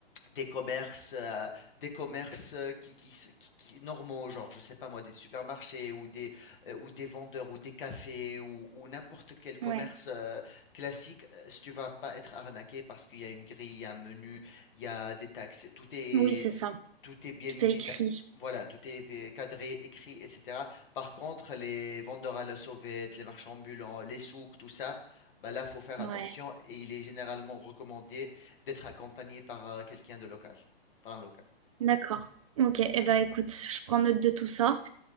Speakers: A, on the left (about 55°); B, on the right (about 35°).
A: des commerces, euh, des commerces euh, qui, qui, s- qui- qui- normaux, genre, je sais pas moi, des supermarchés ou des, euh, ou des vendeurs ou des cafés ou, ou n'importe quel commerce
B: ouais.
A: euh, classique, euh, si tu vas pas être arnaqué parce qu'il y a une grille, il y a un menu, il y a des taxes, tout est
B: Oui, c'est ça.
A: tout est bien
B: Tout
A: évident.
B: est écrit.
A: Voilà, tout est vi- cadré, écrit, etc. Par contre, les vendeurs à la sauvette, les marchands ambulants, les souks, tout ça, bah là, faut faire attention
B: Ouais,
A: et il est généralement recommandé d'être accompagné par euh, quelqu'un de local, par un local.
B: d'accord. Ok, eh ben écoute, je prends note de tout ça.